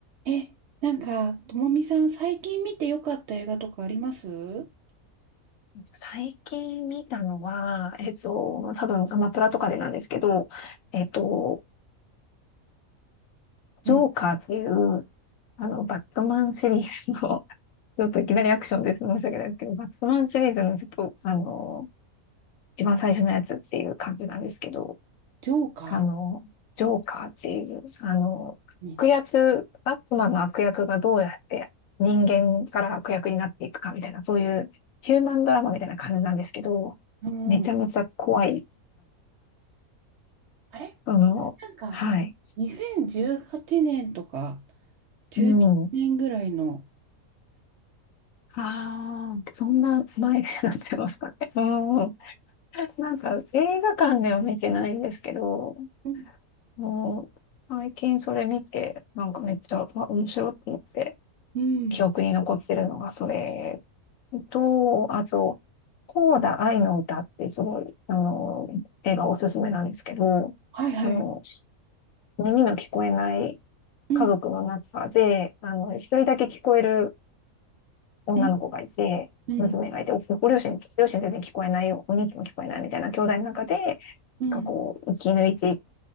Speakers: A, on the right; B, on the left.
A: え、なんか、ともみさん、最近見てよかった映画とかありますう
B: 最近見たのは、えっと、多分アマプラとかでなんですけど、えっと、ジョーカーっていう、
A: ん。
B: あの、バットマンシリーズの、<laughs> ちょっといきなりアクションです。申し訳ないですけど、バットマンシリーズのちょっと、あの、一番最初のやつっていう感じなんですけど、
A: ジョーカ
B: あの、ジョーカーっていう、あの、
A: ー見てる
B: 悪役、悪魔の悪役がどうやって人間から悪役になっていくかみたいな、そういうヒューマンドラマみたいな感じなんですけど、
A: うん。
B: めちゃめちゃ怖い。
A: あれ
B: その、
A: なんか、
B: はい。
A: 2018年とか、19年ぐらいの。
B: うん。ああ、そんな前になっちゃいましたね。うん。なんか映画館では見てないんですけど、
A: うん。
B: もう最近それ見て、なんかめっちゃ、まあ、面白いと思って、
A: うん
B: 記憶に残ってるのがそれと、あと、コーダ愛の歌ってすごい、あの、映画おすすめなんですけど、
A: はいはい。
B: あの、耳の聞こえない
A: うん。
B: 家族の中で、あの、一人だけ聞こえる女の子がいて、
A: うん。うん。
B: 娘がいて、ご両親、両親全然聞こえないよ、お兄貴も聞こえないみたいな兄弟の中で、なん
A: うん。
B: かこう、生き抜いていく、